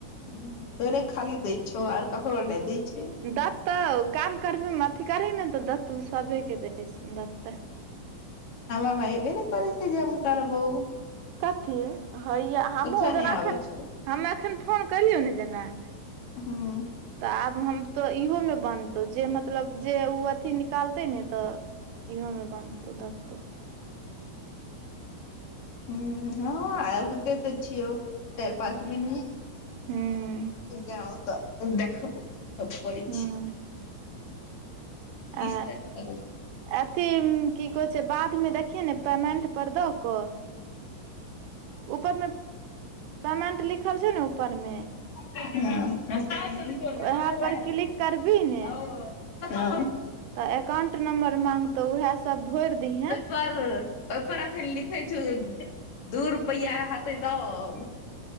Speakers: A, on the left; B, on the right.
A: ह त ओने खाली दै छ आ कखो नहि दै छै
B: दऽत तऽ काम करबेमे अथी करी ने तऽ दत सभेके दै छै दतऽ
A: हमबा भइ भी ने करै छै जे हम करबौ
B: कथी हइया हमहूँ
A: कुछो
B: जेना
A: नहि आबै
B: एखन
A: छौ
B: ह एखन फोन कलियौ ने जेना
A: हँ
B: तऽ आब हम तऽ इहोमे बनतौ जे मतलब जे ओ अथिी निकालतै ने तऽ ईहोमे बानधतो धतत
A: ह हँ आब ते तऽ छिय चारि पाँच दिन
B: हूं
A: गउ तऽ देखाब सब कर
B: हूं
A: छी बीस
B: आ
A: तारीख
B: अथी की कहै छै बादमे देखियै ने पेमेंट पर दऽ कऽ ऊपरमे पेमेंट लिखल छै ने ऊपरमे
A: स
B: उएह पर क्लिक
A: फोन
B: करबी ने तऽ एककाउंट नम्बर मागतो उएह सब भोरि दिहे
A: पर ओहिपर अखन लिखै छ दू रुपैया हतै तब